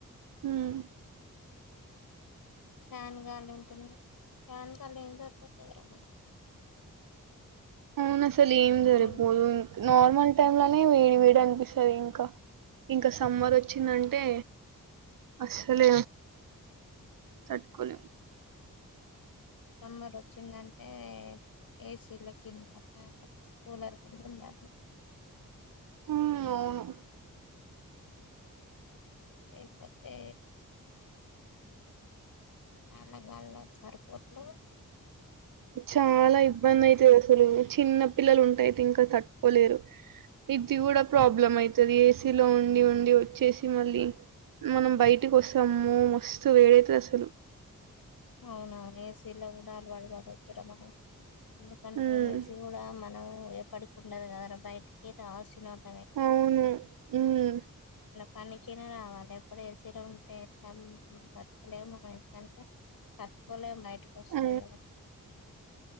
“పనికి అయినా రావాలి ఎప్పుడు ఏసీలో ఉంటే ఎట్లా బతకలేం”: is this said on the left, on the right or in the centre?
Left